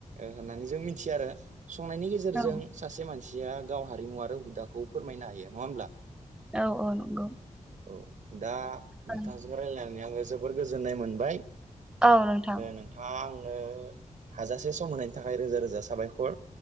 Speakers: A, on the right; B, in the centre.
A: होननानै जों मिथि मिथि आरो संनायनि गेजेरजों
B: औ
A: सासे मानसि या गाव हारिमु आरो हुदाखौ फोरमायनो हायो नङा होमब्ला
B: औ औ नंगौ
A: औ दा नोंथांजों
B: औ
A: रायलायनानै आं जोबोर गोजोननाय मोनबाय
B: औ नोंथां
A: नोंथाङा आं हाजासे सम होनायनि थाखाय रोजा रोजा साबायखर